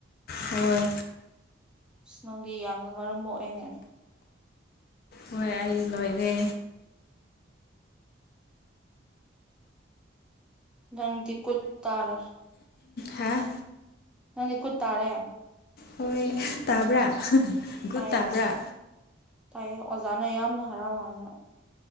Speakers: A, on the left; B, in the centre.
A: ꯍꯣꯏ
B: ꯏꯁꯅꯣꯗꯤ ꯌꯥꯝꯅ ꯃꯔꯝ ꯃꯣꯛꯑꯦꯅꯦ
A: ꯍꯣꯏ ꯑꯩ ꯂꯣꯏꯔꯦ
B: ꯅꯪꯗꯤ ꯈꯨꯨꯠ ꯇꯥꯔꯥ
A: ꯍꯥꯥ
B: ꯅꯪꯗꯤ ꯈꯨꯨ ꯇꯥꯔꯦ
A: ꯍꯣꯏ ꯇꯥꯕ꯭ꯔꯥ
B: ꯇꯥꯏꯌꯦ
A: ꯒꯨꯠ ꯇꯥꯕ꯭ꯔꯥ
B: ꯇꯥꯏꯌꯦ ꯑꯣꯖꯥꯅ ꯌꯥꯝꯅ ꯍꯔꯥꯎꯋ